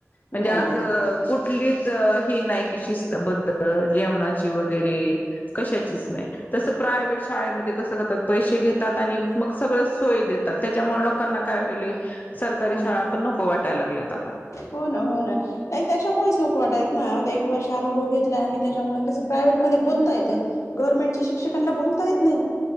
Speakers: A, on the left; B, on the left.
A: म्हणजे
B: नाही
A: असं
B: नाही
A: कुठलीच... ही नाय की... शिस्तबद्ध जेवणाची वगैरे कशाचीच नाई. तसं प्रायव्हेट शाळेमध्ये कसं करतात... पैसे घेतात आणि मग... सगळंच सोय देतात. त्याच्यामुळे लोकांना काय व्हयलंय... सरकारी
B: नाही
A: शाळा पण नको वाटायला लागल्यात आता.
B: हो ना... हो ना. नाही त्याच्यामुळेच नको वाटायेत ना... आता एक वर्ष अनुभव घेतलाय आम्ही त्याच्यामुळे... कसं प्रायव्हेटमध्ये बोलता येतं. गव्हर्नमेंटच्या शिक्षकांला बोलता येत नाई.